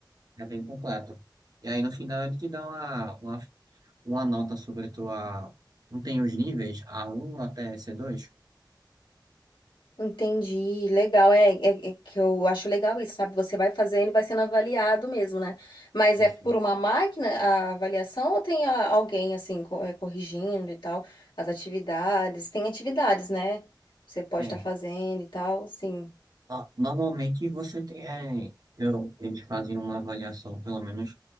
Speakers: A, on the right; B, on the left.
A: É bem completo. E aí no final ele te dá uma, uma uma nota sobre tua. Não tem os níveis? a um até c dois
B: Entendi, legal, é, é, é que eu acho legal isso, sabe? Você vai fazendo e vai sendo avaliado mesmo, né? Mas
A: Isso.
B: é por uma máquina a avaliação ou tem a- alguém assim co- eh, corrigindo e tal as atividades? Tem atividades, né? Você pode
A: Tem.
B: estar fazendo e tal, sim.
A: Ah, normalmente você tem. é, eu, eles fazem uma avaliação, pelo menos